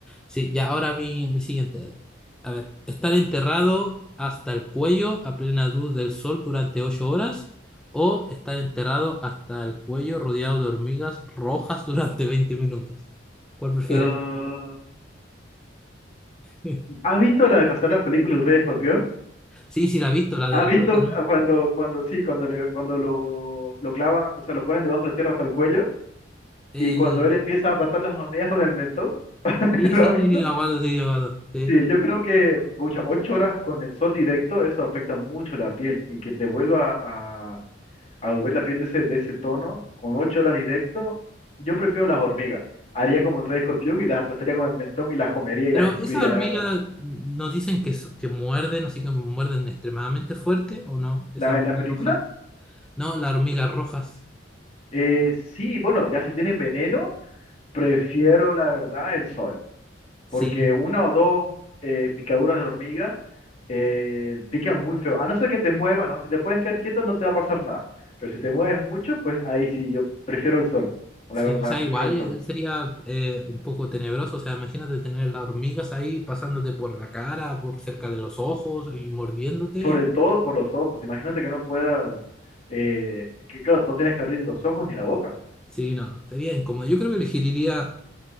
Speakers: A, in the centre; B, on the left.
A: sí, ya ahora mi, mi siguiente. A ver, estar enterrado hasta el cuello a plena luz del sol durante ocho horas o estar enterrado hasta el cuello rodeado de hormigas rojas <laughs> durante 20 minutos. ¿Cuál prefieres?
B: Ah,
A: <laughs>
B: ¿has visto la de casualidad la película El Rey Escorpión?
A: Sí, sí, la he visto, la de
B: ¿Has
A: la
B: visto
A: roca, ¿no?
B: cu- cuando, cuando sí, cuando le, cuando lo, lo clavan, o sea, lo ponen debajo de la tierra hasta el cuello
A: Eh,
B: y cuando él empieza a aplastar las hormigas con el mentón? <laughs>
A: sí,
B: ¿Lo
A: sí,
B: has
A: sí,
B: visto?
A: sí, aguardo, sí, aguardo, sí.
B: Sí, yo creo que muchas ocho horas con el sol directo, eso afecta mucho la piel y que te vuelva a, a volver la piel de ese, de ese tono con ocho horas directo, yo prefiero las hormigas. Haría como el Rey Escorpión y las aplastaría con el mentón y las comería y
A: Pero
B: las escupiría,
A: esas hormigas
B: la verdad.
A: mm, nos dicen que, so- que muerden, así que muerden extremadamente fuerte, ¿o no? Esa
B: La,
A: hormiga
B: la película,
A: roja. No, las hormigas rojas.
B: eh, sí, bueno, ya si tienen veneno, prefiero la verdad el sol.
A: Sí,
B: porque una o dos eh, picaduras de hormiga eh, pican muy feo. A no ser que te muevas, ¿no? Si te puedes quedar quieto, no te va a pasar nada. Pero si te mueves mucho, pues ahí sí, yo prefiero el sol. La
A: sí,
B: verdad,
A: o sea,
B: prefiero
A: igual
B: el sol.
A: eh, sería eh, un poco tenebroso. O sea, imagínate tener las hormigas ahí pasándote por la cara, por cerca de los ojos y mordiéndote.
B: Sobre todo por los ojos. Imagínate que no puedas, eh, que claro, no tienes que abrir ni los ojos ni la boca.
A: Sí, no, sería incómodo. Yo creo que elegiría